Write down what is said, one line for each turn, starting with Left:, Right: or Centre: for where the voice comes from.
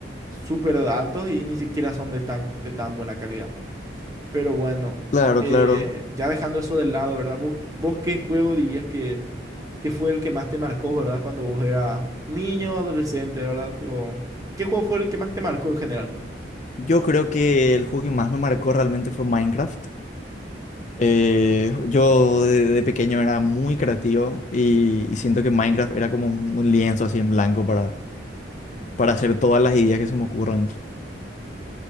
Right: súper altos y ni siquiera son de tan, de tan buena calidad. Pero bueno,
Left: claro,
Right: eh,
Left: claro.
Right: ya dejando eso de lado, ¿verdad? ¿Vos, vos qué juego dirías que, que fue el que más te marcó, ¿verdad? Cuando vos eras niño, adolescente, ¿verdad? O, ¿qué juego fue el que más te marcó en general?
Left: Yo creo que el juego que más me marcó realmente fue Minecraft. Eh, yo de, de pequeño era muy creativo y, y siento que Minecraft era como un, un lienzo así en blanco para, para hacer todas las ideas que se me ocurran.